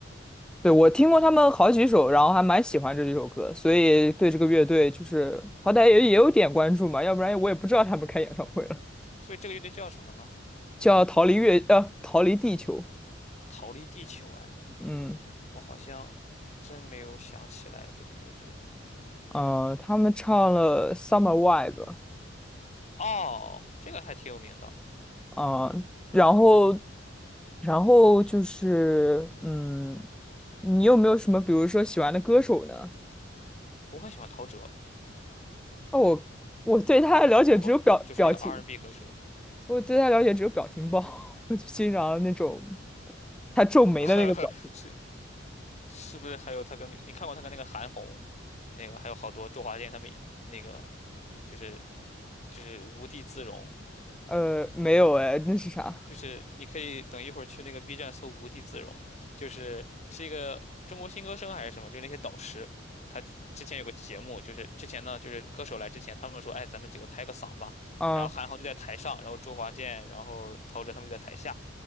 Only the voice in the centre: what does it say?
对，我听过他们好几首，然后还蛮喜欢这几首歌，所以对这个乐队就是好歹也也有点关注嘛，要不然我也不知道他们开演唱会了。
叫《逃离月》呃，《逃离地球》。
嗯
呃，他们唱了《Summer Vibe》
啊，然后然后就是嗯，你有没有什么比如说喜欢的歌手呢？
哦，我我对他的了解只有表表情，
我对他了解只有表情包，<laughs> 我就欣赏那种他皱眉的那个表。
情。
呃，没有哎，那是啥？
啊